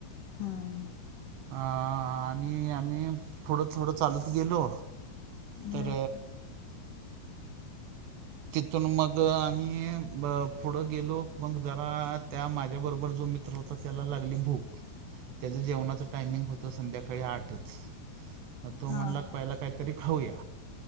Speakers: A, on the left (about 55°); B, on the right (about 85°).
A: हूं!
B: आ आणि आम्ही पुढ थोडं चालत गेलो
A: बर
B: तर! तिथून मग आम्ही ब पुढं गेलो मग जरा त्या माझ्या बरोबर जो मित्र हो त त्याला लागली भूक त्याच जेवणाच टायमिंग होत संध्याकाळी आठच. मग तो
A: हा
B: म्हणला पहिला काहीतरी खाऊया